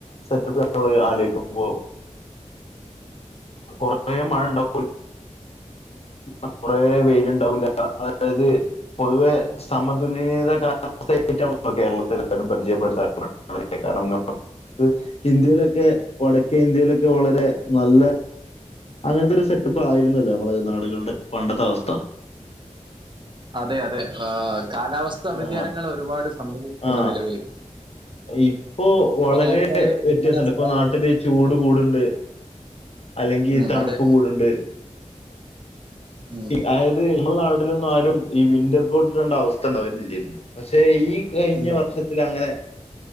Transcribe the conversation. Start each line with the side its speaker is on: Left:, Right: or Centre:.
Left: സെറ്റപ്പ് മ്മള് ആലോക്കുമ്പോ കൊറേ മഴ ഉണ്ടാവ കൊറെ വെയിലുണ്ടാവില്ല അതായത് പൊതുവെ സമതുലനീത കാവസ്ഥയെകുറിച്ച് കേരളത്തില എല്ലാവരും പരിചയപ്പെടുത്താറുണ്ട് <unintelligible> ഇന്ത്യയിലൊക്കെ വടക്കേ ഇന്ത്യയിലൊക്കെ വളരെ നല്ല അങ്ങനത്തെ ഒരു സെറ്റപ്പ് ആയിരുന്നല്ലൊ നമ്മളെ നാടുകളുടെ പണ്ടത്തെ അവസ്ഥ
Right: അതെ അതെ ആഹ്കാലാവസ്ഥ
Left: ആ,
Right: വ്യതിയാനങ്ങൾ ഒരുപാട് സംഭവിച്ചിട്ടുണ്ട്
Left: ആ
Right: നിലവില്
Left: ഇപ്പോ
Right: ഇപ്പൊ
Left: വളരെ
Right: നോക്കിയാല്
Left: വ്യത്യാസണ്ട്
Right: നമ്മുടെ മഴ
Left: ഇപ്പോ നാ നാട്ടില് ചൂട് കൂടുണ്ട് അല്ലെങ്കി
Right: ഉം
Left: തണുപ്പ്
Right: അതെ
Left: കൂടുണ്ട്
Right: ഉം
Left: അതായത് നമ്മുടെ നാട്ടിലൊന്നും ആരും ഈ വിന്റർ കോട്ട് ഇടണ്ട അവസ്ഥ ഇണ്ടാവല് ഇല്ലരുന്നു പക്ഷെ ഈ കഴിഞ്ഞ
Right: ഇല്ല
Left: വർഷത്തിൽ അങ്ങനെ